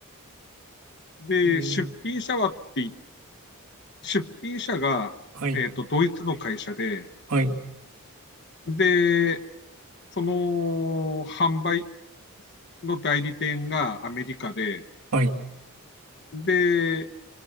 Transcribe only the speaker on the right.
えー
はい。
はい。
はい。